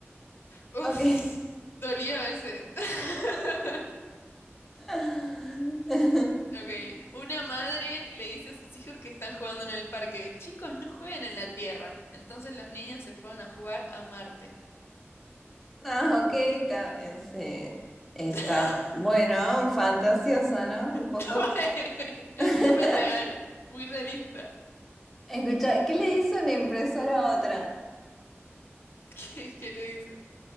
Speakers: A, on the left (about 60°); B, in the centre.
A: Uf,
B: Ok.
A: dolió ese. <laughs>
B: <laughs>
A: Ok. Una madre le dice a sus hijos que están jugando en el parque, chicos, no jueguen en la Tierra. Entonces los niños se fueron a jugar a Marte.
B: Ah, ok, está, eh, sí. está
A: <laughs>
B: bueno, fantasioso, ¿no? Un poco.
A: <laughs> Es
B: <laughs>
A: súper real, muy realista.
B: Escucha, ¿qué le hizo una impresora a otra?
A: <laughs> ¿Qué, qué le dice?